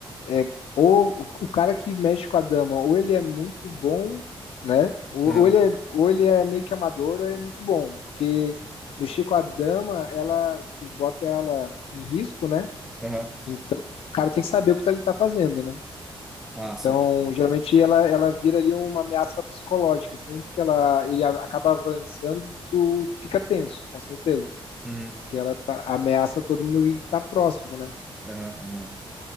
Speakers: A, on the left; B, in the centre.
A: é, ou o o cara que mexe com a dama, ou ele é muito bom, né? Ou,
B: Aham,
A: ou ele é, ou ele é meio que amador, ou ele é muito bom, porque mexer com a dama, ela, tu bota ela em risco, né?
B: aham.
A: Então, o cara tem que saber o que tá- ele tá fazendo, né?
B: Ah, saquei.
A: Então, geralmente ela, ela vira ali uma ameaça psicológica, sempre que ela ele a- acaba avançando, tu fica tenso, com certeza,
B: Uhum,
A: porque ela tá- ameaça todo mundo que tá próximo, né?
B: aham, aham.